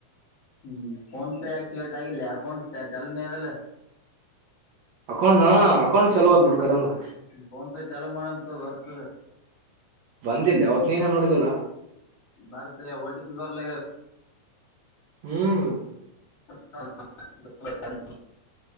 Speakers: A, on the left; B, on the right.
A: ಹ್ಮ್ ಫೋನ್ ಪೇ ಆಕ್ಟಿೇಟ್ ಆಗಿಲ್ಲ ಅಕೌಂಟ್ ಚಾಲುಲ್ಲ
B: ಅಕೌಂಟ್ನ ಅಕೌಂಟ್ ಚಲೋ ಅ್ಬಿಟ್ಖರೇಂದ್ರ
A: ಫೋನ್ ಪೇ ಚಾಲೂ ಮಾಡಮ್ ತ ಬರ್ತ
B: ಬಂದಿಲ್ಲ ಅವತ್ ನೀನ ನೋಡಿದಲ್ಲ
A: ಬರ್ತ್ ಓಟಿ ಪಿ ಬರಲ
B: ಹ್ಮ್
A: ಹ <unintelligible>